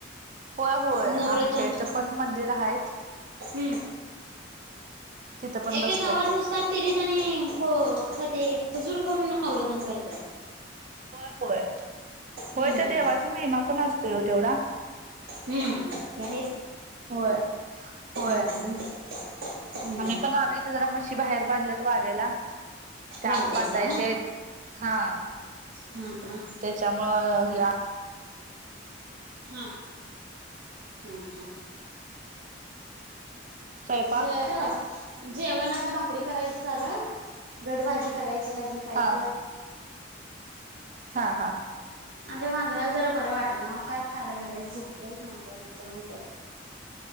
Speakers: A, on the right (about 40°); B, on the right (about 75°).
A: होय होय
B: नवरतन
A: आमच्या इथं पण मंदिर आहेत
B: हम्म
A: तिथं पण
B: एके
A: बसतात
B: गावात नुसतात तिरीत आणि ख का ते खजूर करून नरोधन करत
A: होय होय
B: हम्म
A: होय तर देवाचा महिमा पण असतोय तेवढा
B: हम्म त्या
A: होय होय
B: हम्म हम्म हम्म
A: आम्ही पण आलय जरा मच्शी बाहेर बांधल्यात तवारेला त्या
B: बांधलायसा
A: आत बांधायचे
B: होय
A: हा
B: हा हा
A: त्याच्यामुळं हे आ
B: हा हा हा
A: स्वयंपाक
B: ह जेवण आता भाकरी करायच चालत घटभजी करायची अजून काहीत
A: हा हा हा
B: माझ्या मजराला जरा बरं वाट ना काय खायला घरयस झोपलंय मांजर मगच्या उलट्याक